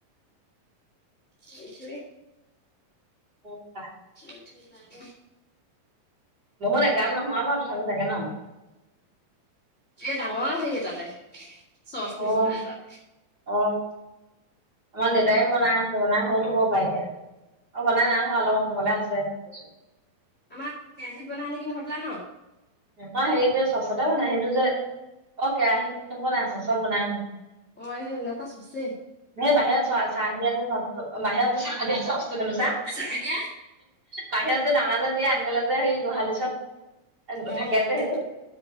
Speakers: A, on the left; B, on the right.
A: সেইথোৱে
B: অ কোৱা
A: তিয়াই থৈ পাগৈ
B: বহুত এগাল নহয় বাও তথাপিও চাগে ন
A: এ ডাঙৰ হেৰি এটাতে চচ নিচিনা
B: অ
A: এটাতে
B: অ আমাৰ দেউতাই বনাই আছে বনাই হ'ল হব পাই এতিয়া আৰু বনাই নাই হোৱা অলপ হবলে আছে কৈছে
A: আমাক কেৰাহিত বনাই নেকি হবলা ন
B: মই হেৰি যে চচতে বনাই সেইটো যে অ কেৰাহিত নবনাই চচত বনাই উম
A: অঁ সেই বোলপা চোছে
B: সেই বাহিৰত চ চাহ দিয়া যে চচটো বাহিৰত যে চাহ দিয়া চচটো হেনো চা
A: চাহ দিয়া
B: বাহিৰত যে দানা যে দিয়ে আনকালে যে সেই গোহালি ওচত
A: অ অ
B: থাকে যে সেইটো